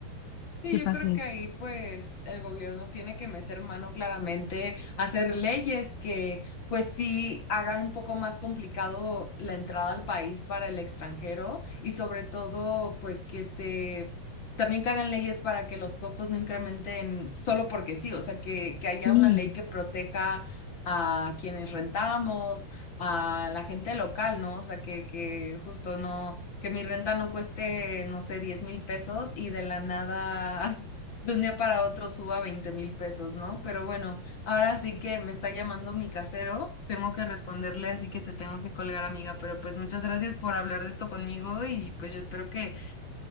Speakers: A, on the left; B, on the left.
A: Sí,
B: que
A: yo
B: pase
A: creo que
B: esto.
A: ahí pues el gobierno tiene que meter mano claramente, hacer leyes que pues sí hagan un poco más complicado la entrada al país para el extranjero y sobre todo pues que se también que hagan leyes para que los costos no incrementen solo porque sí, o sea, que, que haya
B: Sí.
A: una ley que proteja a quienes rentamos, a la gente local, ¿no? O sea, que, que justo no que mi renta no cueste, no sé, diez mil pesos y de la nada, <laughs> de un día para otro suba veinte mil pesos, ¿no? Pero bueno, ahora sí que me está llamando mi casero, tengo que responderle, así que te tengo que colgar, amiga, pero pues muchas gracias por hablar de esto conmigo y pues yo espero que,